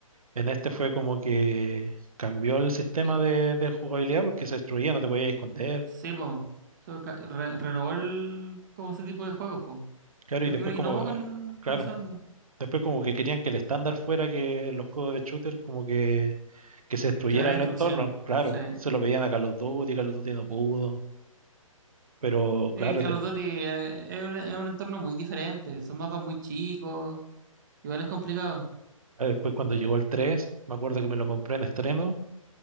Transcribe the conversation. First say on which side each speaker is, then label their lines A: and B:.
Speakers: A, on the right; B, on the right.
A: en este fue como que cambió el sistema
B: es-
A: de, de jugabilidad porque se destruía, no te podías esconder.
B: Sí, po, so, ca- re- renovó el, como ese tipo de juegos, po.
A: Claro,
B: Prácticamente
A: y después como,
B: innovó
A: eh,
B: con,
A: claro,
B: con eso, ¿no?
A: después como que querían que el estándar fuera que en los juegos de shooter como que que se destruyera
B: que era
A: el
B: destrucción.
A: entorno, claro,
B: Sí.
A: se lo pedían a Call of Duty, Call of Duty no pudo, pero
B: Eh,
A: claro,
B: Call
A: de-
B: of Duty eh, es un, es un entorno muy diferente, son mapas muy chicos, igual es complicado.
A: ah, después cuando llegó el 3 me acuerdo que me lo compré en estreno,